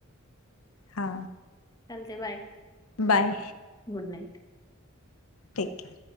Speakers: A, on the left; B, on the left.
A: हा.
B: चालतय bye
A: bye
B: good night.
A: Take के